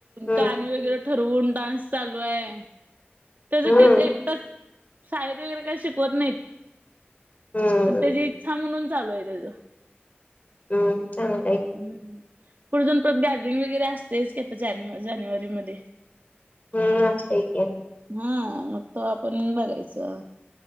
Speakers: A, on the left; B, on the right.
A: हम्म
B: गाणी वगैरे ठरवून डान्स चालू आहे. त्याचं
A: हम्म
B: तेच
A: हम्म
B: एकटाच, शाळेत वगैरे काही शिकवत नाहीत.
A: हम्म
B: अन त्याची इच्छा म्हणून चालू आहे त्याचं.
A: हम्म, चांगला आहे की.
B: हम्म हम्म, पुढं जाऊन परत गॅद्रिंग वगैरे असतेच कि, आता जानेव जानेवारी मध्ये.
A: हम्म, असतंय की.
B: हा मग तो आपण बघायचं.